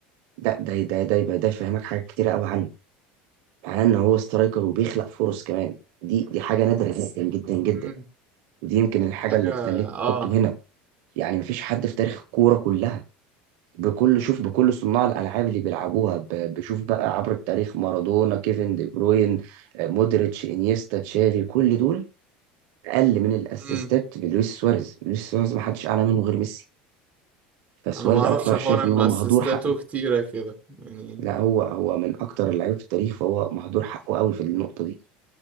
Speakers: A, on the right; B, on the right.
A: ده ده ده ده يبقى ده يفهمك حاجات كتير قوي عنه مع ان هو سترايكر وبيخلق فرص كمان دي دي حاجه نادره جدا جدا جدا
B: امم
A: ودي يمكن الحاجه
B: حاجة
A: اللي تخليك
B: اه
A: تحطه هنا يعني مفيش حد في تاريخ الكوره كلها بكل شوف بكل صناع الالعاب اللي بيلعبوها ب- بشوف بقى عبر التاريخ مارادونا كيفن دي بروين آه، مودريتش انيستا تشافي كل دول اقل من الاسيستات
B: امم
A: من لويس سواريز لويس سواريز ما حدش اعلى منه غير ميسي فسواريز
B: انا ما اعرفش
A: انا بصراحه
B: حوار
A: شايف
B: انه
A: ان هو مهدور
B: اسيستاته
A: حقه
B: كتيرة كده يعني
A: لا هو هو من اكتر اللعيبه في التاريخ فهو مهدور حقه قوي في النقطه دي